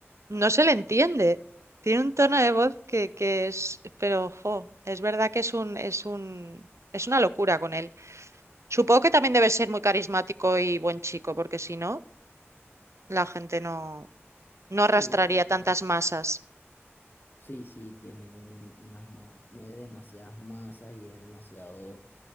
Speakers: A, on the right; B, on the left.
A: no se le entiende. Tiene un tono de voz que, que es, pero ojo, es verdad que es un, es un, es una locura con él. Supongo que también debe ser muy carismático y buen chico, porque si no, la gente no no
B: Sí,
A: arrastraría
B: bueno,
A: tantas masas,
B: sí, sí, tiene un, unas ma- mueve demasiadas masas y es demasiado